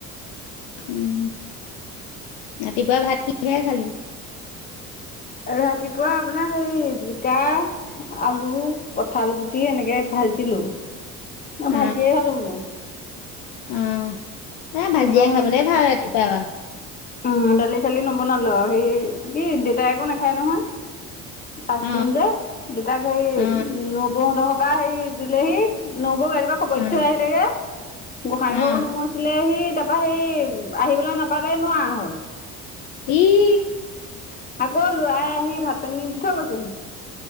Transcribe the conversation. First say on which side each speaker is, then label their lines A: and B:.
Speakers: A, on the left; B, on the left.
A: উম, ৰাতিপুৱা ভাত কিহে খালি?
B: ৰাতিপুৱা আপোনাৰ হেৰি জিকা আলু, কঠাল গুটি এনেকে ভাজিলো। মই
A: অ
B: ভাজিয়ে খালো মই।
A: অ', এ ভাজিয়ে
B: তাৰপৰা
A: খাবলৈ ভাল ৰাতিপুৱা।
B: অ', দালি-চালি নবনালো আৰু হেৰি এইটো কি দেউতাই আকৌ নাখায় নহয়। পাঁচ
A: অ
B: দিন যে। দেউতাক হেৰি
A: অ
B: নবৌহঁতৰ ঘৰৰ পৰা হেৰি দিলেহি নবৌক ৰাতিপুৱা খবৰ
A: অ
B: দিঠৈ আহিলেগে। গোঁসাই
A: অ
B: ঘৰো নোমোছিলে হি তাৰপা হেৰি আহিবলৈ নাপালেই নোৱাৰা হ'ল।
A: ই,।
B: আকৌ ল'ৰায়ে আহি ভাত পানী দি থৈ গৈছেহি।